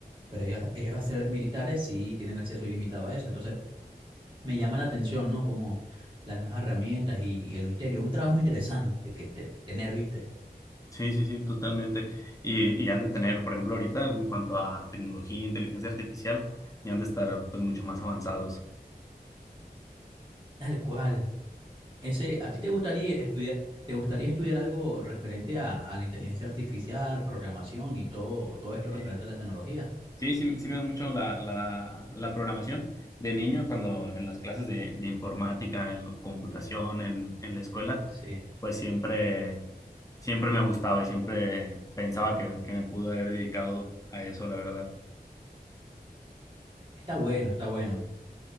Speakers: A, on the right; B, on the left.
A: pero ellos, ellos a ser militares sí tienen acceso ilimitado a eso. Entonces, me llama la atención, ¿no? Como las nuevas herramientas y, el misterio. Un trabajo interesante que te- tener, ¿viste?
B: Sí, sí, sí, totalmente. Y, y han de tener, por ejemplo, ahorita en cuanto a tecnología, inteligencia artificial, ya han de estar pues mucho más avanzados.
A: Tal cual. Ese, ¿a ti te gustaría estudiar, te gustaría estudiar algo referente a, a la inteligencia artificial, programación y todo, todo esto
B: Sí.
A: referente a la tecnología?
B: Sí, sí, sí me da mucho la, la, la programación. De niño, cuando en las clases de, de informática, en computación, en, en la escuela,
A: Sí.
B: pues siempre, siempre me gustaba y siempre pensaba que, que me pude haber dedicado a eso, la verdad.
A: Está bueno, está bueno.